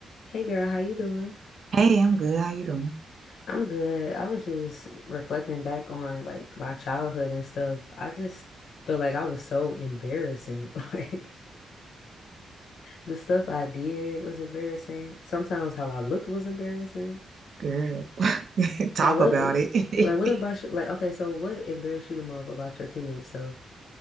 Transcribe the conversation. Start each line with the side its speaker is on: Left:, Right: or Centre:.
Left: Hey girl, how you doing?
Right: Hey, I'm good. How you doing?
Left: I'm good. I was just reflecting back on like my childhood and stuff. I just feel like I was so embarrassing. <laughs> Like the stuff I did was embarrassing. Sometimes how I looked was embarrassing.
Right: Girl, <laughs> talk
Left: Like what
Right: about it. <laughs>
Left: like what about you? Like okay, so what embarrassed you the most about your teenage self?